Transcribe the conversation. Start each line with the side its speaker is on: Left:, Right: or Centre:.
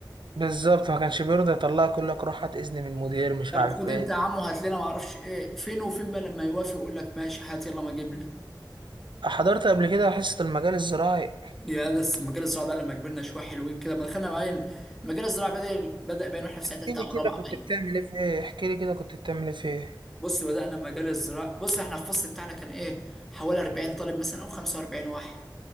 Right: بالظبط ما كانش بيرضى يطلعك يقول لك روح هات اذن من المدير مش
Centre: طب
Right: عارف
Centre: خد
Right: ايه
Centre: انت يا عمو هات لنا ما اعرفش ايه فين وفين بقى لما يوافق يقول لك ماشي هات يلا ما اجيب لك
Right: آه، حضرت قبل كده حصة المجال الزراعي
Centre: يا ده بس مجال الزراعة بقى لما كبرنا شوية حلوين كده لما دخلنا باين مجال الزراعة بدأ بدأ باين واحنا في سنة
Right: احكي
Centre: تالتة
Right: لي
Centre: أو
Right: كده
Centre: رابعة
Right: كنت
Centre: باين
Right: بتعمل ايه في ايه احكي لي كده كنت بتعمل ايه في ايه
Centre: بص بدأنا مجال الزراعة بص احنا الفصل بتاعنا كان ايه حوالي 40 طالب مثلا أو 45 واحد